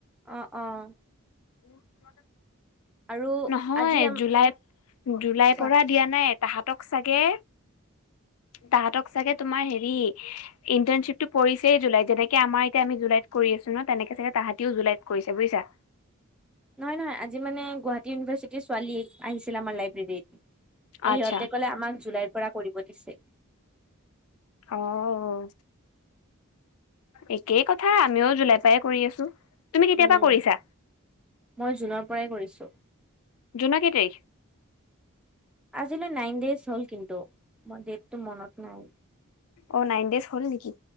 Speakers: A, in the centre; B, on the left.
A: অ' অ'।
B: উ ম
A: আৰু
B: নহয়
A: আজি আম
B: জুলাই, জুলাইৰ
A: কোৱা
B: পৰা দিয়া নাই। তাহাঁতক চাগে তাহাঁতক চাগে তোমাৰ হেৰি ইণ্টাৰ্ণশ্বিপ টো পৰিছেই জুলাইত যেনেকে আমাৰ এতিয়া আমি জুলাইত কৰি আছো। ন তেনেকে চাগে তাহাঁতিও জুলাইত কৰিছে বোইছা?
A: নহয় নহয় আজি মানে গুৱাহাটী ইউনিভাৰ্চিটিৰ ছোৱালী আহিছিল আমাৰ লাইব্ৰেৰীত। ত
B: আচ্ছা
A: সিহঁতে কলে আমাক জুলাইৰ পৰা কৰিব দিছে।
B: আহ। একেই কথা আমিও জোলাই পৰায় কৰি আছো। তুমি কেতিয়াৰ
A: উম,
B: পৰা কৰিছা
A: মই জুনৰ পৰাই কৰিছো।
B: জোনৰ কেই টাৰিখ?
A: আজিলৈ নাইন ডেজ হ'ল কিন্তু মই ডেতটো মনত নাই
B: অ' নাইন দেজ হ'ল নেকি